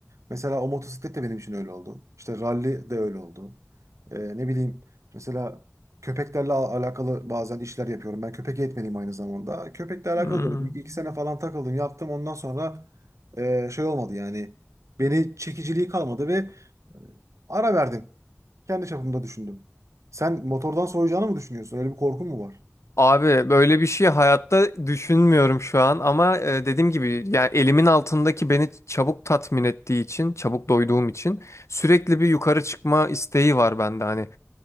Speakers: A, on the right; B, on the left.
A: Mesela o motosiklet de benim için öyle oldu. İşte ralli de öyle oldu. Ee, ne bileyim mesela köpeklerle al- alakalı bazen işler yapıyorum. Ben köpek eğitmeniyim aynı zamanda. Köpekle alakalı
B: Hmm.
A: da iki, iki sene falan takıldım yaptım. Ondan sonra e, şey olmadı yani. Beni çekiciliği kalmadı ve e, ara verdim. Kendi çapımda düşündüm. Sen motordan soğuyacağını mı düşünüyorsun? Öyle bir korkun mu var?
B: Abi böyle bir şey hayatta düşünmüyorum şu an ama e, dediğim gibi yani elimin altındaki beni çabuk tatmin ettiği için, çabuk doyduğum için sürekli bir yukarı çıkma isteği var bende hani.